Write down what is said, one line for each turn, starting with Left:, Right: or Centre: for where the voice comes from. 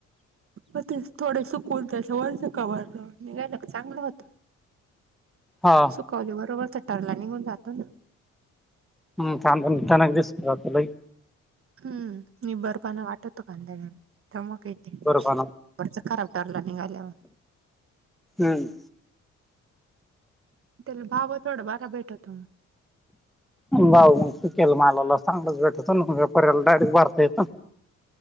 Right: म ते थोडे सुकून त्यास वर्च कवर निघायला चांगलं होत.
Centre: हाआ‌.
Right: कॉली बरोबर थटारला निघून जातो ना.
Centre: हंम थांबन तानाक दिसतात लय.
Right: हम्म निंबर पणा वाटतो कांद्या चमोके.
Centre: बरोबर
Right: वरच खराब ठरला निघाल्यावर.
Centre: हम्म.
Right: त्याला भाव थोडं बारा भेटतो मग.
Centre: भाऊ मग सुकेल मालाला चांगलंच भेटतन. यला डायरेक्ट भरता येत